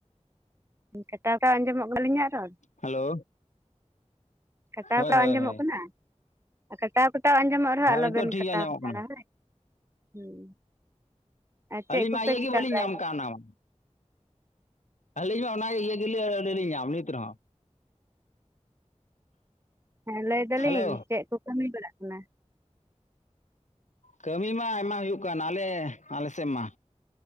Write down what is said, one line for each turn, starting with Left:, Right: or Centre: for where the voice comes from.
Right: ᱠᱟᱴᱟᱣ ᱠᱟᱴᱟᱣ ᱟᱸᱡᱚᱢᱚᱜ ᱠᱟᱱᱟ ᱟᱹᱞᱤᱧᱟᱜ ᱨᱚᱲ
Left: ᱦᱮᱞᱳ
Right: ᱠᱟᱴᱟᱣ
Left: ᱦᱳᱭ
Right: ᱠᱟᱴᱟᱣ
Left: ᱦᱳᱭ
Right: ᱟᱸᱡᱚᱢᱚᱜ
Left: ᱦᱳᱭ
Right: ᱠᱟᱱᱟ ᱟᱨ ᱠᱟᱴᱟᱣ ᱠᱟᱴᱟᱣ ᱟᱸᱡᱚᱢᱚᱜ ᱨᱮᱦᱚᱸ
Left: ᱦᱮᱸ
Right: ᱟᱞᱚᱵᱮᱱ
Left: ᱱᱤᱛᱚᱜ ᱴᱷᱤᱠ
Right: ᱠᱟᱴᱟᱣ
Left: ᱜᱮ ᱟᱸᱡᱚᱢᱚᱜ
Right: ᱦᱟᱛᱟᱲᱟ
Left: ᱠᱟᱱᱟ
Right: ᱦᱳᱭ ᱦᱤᱸ ᱟᱨ ᱪᱮᱫ
Left: ᱟᱹᱞᱤᱧ
Right: ᱠᱚᱯᱮ
Left: ᱢᱟ ᱤᱭᱟᱹ
Right: ᱪᱮᱠᱟ
Left: ᱜᱮ ᱵᱟᱹᱞᱤᱧ
Right: ᱵᱟᱲᱟᱭᱫᱟ?
Left: ᱧᱟᱢ ᱠᱟᱜ ᱚᱱᱟ ᱢᱟ ᱟᱹᱞᱤᱧ ᱢᱟ ᱚᱱᱟ ᱤᱭᱟᱹ ᱜᱮᱞᱤ ᱟᱹ ᱞᱤᱧ ᱧᱟᱢ ᱱᱤᱛ ᱨᱮᱦᱚᱸ
Right: ᱦᱮᱸ ᱞᱟᱹᱭ ᱫᱟᱞᱤᱧ
Left: ᱦᱮᱞᱳ
Right: ᱪᱮᱫ ᱠᱚ ᱠᱟᱹᱢᱤ ᱵᱟᱲᱟᱜ ᱠᱟᱱᱟ
Left: ᱠᱟᱹᱢᱤ ᱢᱟ ᱟᱭᱢᱟ ᱦᱩᱭᱩᱜ ᱠᱟᱱ ᱟᱞᱮ ᱟᱞᱮ ᱥᱮᱫ ᱢᱟ